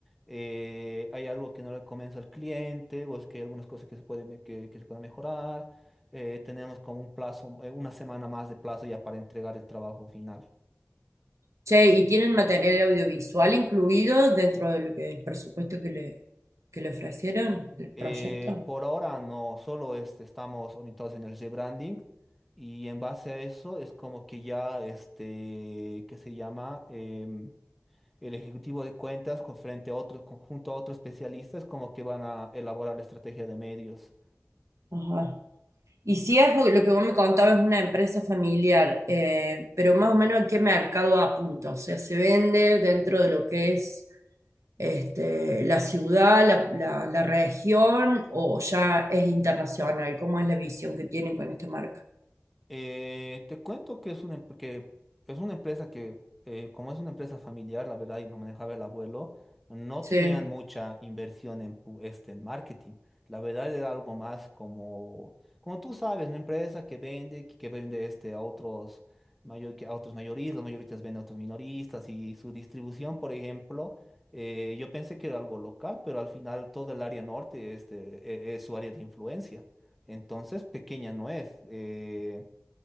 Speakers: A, in the centre; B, on the right.
A: eh, hay algo que no le convence al cliente, o es que hay algunas cosas que se puede, me- que, que se puedan mejorar, eh, tenemos como un plazo, eh, una semana más de plazo ya para entregar el trabajo final.
B: Che, ¿y tienen material audiovisual incluido dentro de lo que, el presupuesto que le, que le ofrecieron del proyecto?
A: Eh, por ahora no, solo este, estamos orientados en el rebranding y en base a eso es como que ya, este, ¿qué se llama? Em, el ejecutivo de cuentas con frente a otro, conjunto a otros especialistas como que van a elaborar la estrategia de medios.
B: Ajá. Y si es porque lo que vos me contabas es una empresa familiar, eh, pero más o menos a qué mercado apunta, o sea, se vende dentro de lo que es este, la ciudad, la, la- la región, o ya es internacional, ¿cómo es la visión que tienen con esta marca?
A: Eh, te cuento que es una, em- que es una empresa que, eh, como es una empresa familiar, la verdad, y lo manejaba el abuelo, no
B: Sí,
A: tenían mucha inversión en, pu- este, en marketing. La verdad era algo más como, como tú sabes, una empresa que vende, que que vende este, a otros, mayor, que a otros mayoristas, los mayoristas venden a otros minoristas y su distribución, por ejemplo, eh, yo pensé que era algo local, pero al final todo el área norte este, e- e, es su área de influencia. Entonces, pequeña no es. eh,